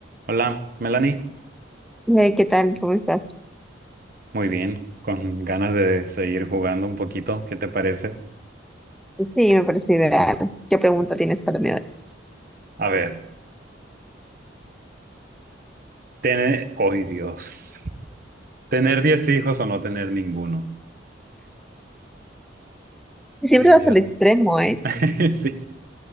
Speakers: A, on the right (about 50°); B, in the centre.
A: Hola, Melanie.
B: Hey, ¿qué tal? ¿Cómo estás?
A: Muy bien, con ganas de seguir jugando un poquito. ¿Qué te parece?
B: Sí, me parece ideal. ¿Qué pregunta tienes para mí hoy?
A: A ver, tener... ¡Ay, Dios! ¿Tener 10 hijos o no tener ninguno?
B: Siempre
A: ¡Ay,
B: vas
A: Dios!
B: al extremo, ¿eh?
A: <laughs> Sí,